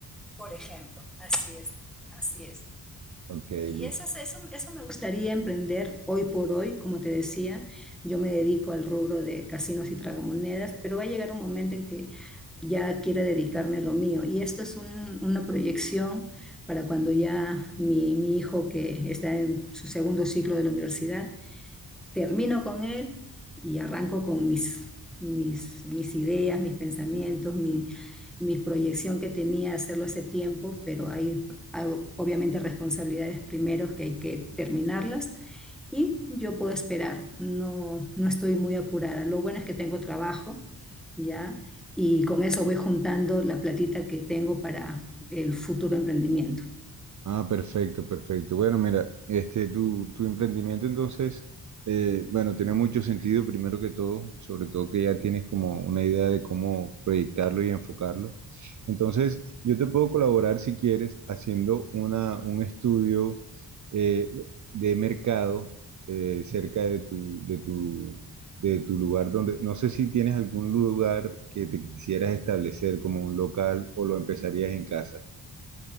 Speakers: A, in the centre; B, on the right (about 50°).
A: Por ejemplo, así es, así es.
B: Ok,
A: Y
B: listo.
A: eso, es- eso, eso me gustaría emprender hoy por hoy, como te decía, yo me dedico al rubro de casinos y tragamonedas, pero va a llegar un momento en que ya quiera dedicarme a lo mío. Y esto es un- una proyección para cuando ya mi, mi hijo, que está en su segundo ciclo de la universidad, termino con él y arranco con mis, mis, mis ideas, mis pensamientos, mi, mi proyección que tenía hacerlo hace tiempo, pero hay, hay obviamente responsabilidades primero que hay que terminarlas y yo puedo esperar, no, no estoy muy apurada. Lo bueno es que tengo trabajo, ¿ya? Y con eso voy juntando la platita que tengo para el futuro emprendimiento.
B: Ah, perfecto, perfecto. Bueno, mira, este, tu, tu emprendimiento entonces, eh, bueno, tiene mucho sentido primero que todo, sobre todo que ya tienes como una idea de cómo proyectarlo y enfocarlo. Entonces, yo te puedo colaborar si quieres haciendo una, un estudio eh, de mercado eh, cerca de tu, de tu, de tu lugar donde, no sé si tienes algún lugar que te quisieras establecer como un local o lo empezarías en casa.